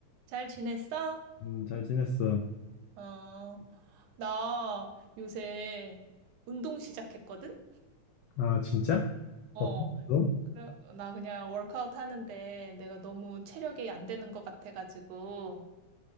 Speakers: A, on the right; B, on the left.
A: 잘 지냈어?
B: 음, 잘 지냈어.
A: 어, 나 요새 운동 시작했거든?
B: 아, 진짜?
A: 어,
B: 어떤 거?
A: 그래, 나 그냥 워크아웃 하는데 내가 너무 체력이 안 되는 것 같아가지고,